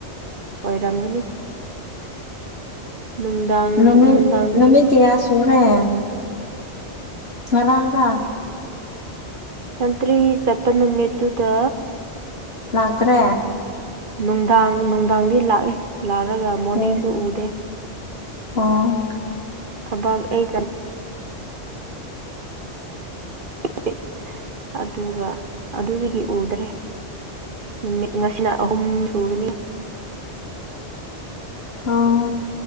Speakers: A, on the right (about 50°); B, on the left (about 60°).
A: ꯑꯣꯏꯔꯝꯒꯅꯤ ꯅꯨꯡꯗꯥꯡ
B: ꯅꯨꯃꯤꯠ
A: ꯅꯨꯡꯗꯥꯡꯗꯒꯤ
B: ꯅꯨꯃꯤꯠ ꯀꯌꯥ ꯁꯨꯔꯦ ꯉꯔꯥꯡꯔ
A: ꯁꯟꯇ꯭ꯔꯤ ꯆꯠꯄ ꯅꯨꯃꯤꯠꯇꯨꯗ
B: ꯂꯥꯛꯇ꯭ꯔꯦ
A: ꯅꯨꯡꯗꯥꯡ ꯅꯨꯡꯗꯥꯡꯗꯤ ꯂꯥꯛꯑꯦ ꯂꯥꯛꯔꯒ ꯃꯣꯔꯅꯤꯡꯁꯨ
B: ꯑꯣ
A: ꯎꯗꯦ
B: ꯑꯣ
A: ꯊꯕꯛ ꯑꯩ <inaudible> ꯑꯗꯨꯒ ꯑꯗꯨꯗꯒꯤ ꯎꯗ꯭ꯔꯦ ꯅꯨꯃꯤꯠ ꯉꯁꯤꯅ ꯑꯍꯨꯝ ꯁꯨꯒꯅꯤ
B: ꯑꯣ